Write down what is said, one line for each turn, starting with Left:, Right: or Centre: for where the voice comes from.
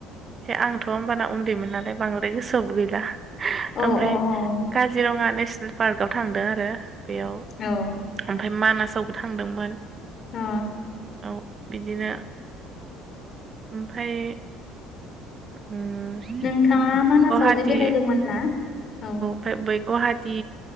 Right: बे आंथ होमबाना उन्दैमोन नालाय बांद्राय गोसोआवबो गैला
Left: अ
Right: ओमफ्राय
Left: अ अ
Right: काजिरङा नेसनेल पार्कआव थांदों आरो बेयाव ओमफ्राय
Left: औ
Right: मानासावबो थांदोंमोन।
Left: अ
Right: औ बिदिनो ओमफ्राय उम
Left: नोंथाङा मानासाव
Right: गुवाहाटि
Left: जे बेरायदोंमोन ना औ
Right: ओमफ्राय बै गुवाहाटि